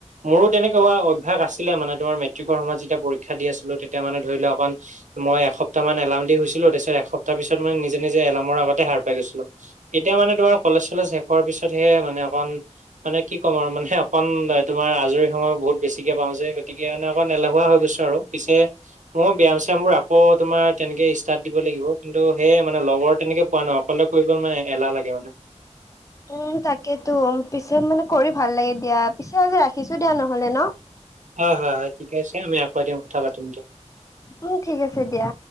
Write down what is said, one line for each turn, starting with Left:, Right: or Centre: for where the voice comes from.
Right: মোৰো তেনেকুৱা অভ্যাস আছিলে মানে মোৰো তেনেকুৱা অভ্যাস আছিলে মানে, তোমাৰ মেট্ৰিকৰ সময়ত যেতিয়া পৰীক্ষা দি আছিলো তেতিয়া মানে ধৰি লোৱা অকণ মই এসপ্তাহমান এলাৰ্ম দি শুছিলো, তাৰ পিছত এসপ্তাহ পিছত মানে নিজে নিজে এলাৰ্মৰ আগতে হাৰ পাই গৈছিলো এতিয়া মানে তোমাৰ কলেজ চলেজ শেষ হোৱাৰ পিছতহে মানে অকণ মানে কি ক'ম আৰু মানে অকণ তোমাৰ মানে কি কম আৰু, মানে অকণ আজৰি সময় বহুত বেছিকৈ পাওঁ যে, গতিকে মানে অকণ এলেহুৱা হৈ গৈছোঁ আৰু। পিছে মই ব্যায়াম চায়ামবোৰ আকৌ তোমাৰ তেনেকৈ ষ্টাৰ্ট দিব লাগিব, কিন্তু সেইয় মানে লগৰ তেনেকৈ পোৱা নাই, অকলে কৰিব মানে এলাহ লাগে মানে
Left: উম, তাকেতো, পিছে মানে কৰি ভাল লাগে দিয়া, পিছে আজি ৰাখিছো দিয়া নহ'লে ন।
Right: হয় হয় হয় ঠিক আছে, আমি আকৌ এদিন কথা পাতিম দিয়া।
Left: উম, ঠিক আছে দিয়া।